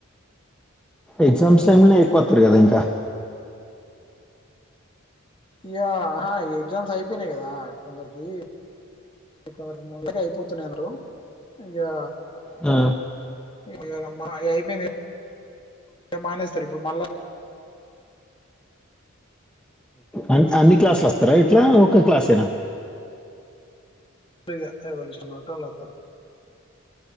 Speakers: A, in the centre; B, on the left (about 25°).
A: ఎగ్జామ్స్ టైమ్ లో ఎక్కువతారు కదా ఇంకా
B: ఇగా ఆహా ఎగ్జామ్స్ అయిపోయినాయ్ కదా. కొందరికిందరికి కొందర్కి ముందుగా అయిపోతున్నారు. ఇగా
A: ఆ
B: ఇగా రాంబారా అయ్యాయిపోనాయ్ మానేస్తారు ఇప్పుడు మళ్ళా
A: అన్ అన్ని క్లాసులు వస్తారా. ఇట్లా ఒక క్లాసేనా
B: తేగా ఎవల్ ఇష్టమంటేల్ వస్తరు.